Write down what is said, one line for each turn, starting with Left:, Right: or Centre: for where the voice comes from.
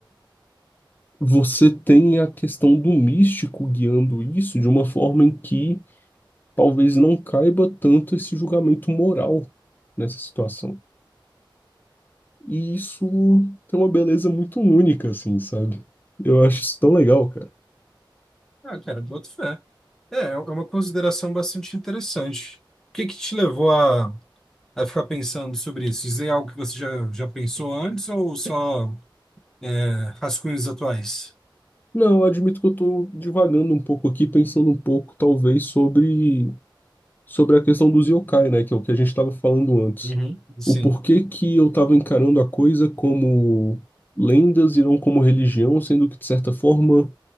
Left: Você tem a questão do místico guiando isso de uma forma em que talvez não caiba tanto esse julgamento moral nessa situação. E isso tem uma beleza muito única, assim, sabe? Eu acho isso tão legal, cara.
Centre: Ah, cara, boto fé. É, é um, é uma consideração bastante interessante. O que que te levou a, a ficar pensando sobre isso? Dizer algo que você já, já pensou antes ou só é, rascunhos atuais?
Left: Não, eu admito que eu tô divagando um pouco aqui, pensando um pouco, talvez, sobre, sobre a questão dos yokai, né? Que é o que a gente estava falando antes.
Centre: Uhum. Sim.
Left: O porquê que eu estava encarando a coisa como lendas e não como religião, sendo que, de certa forma,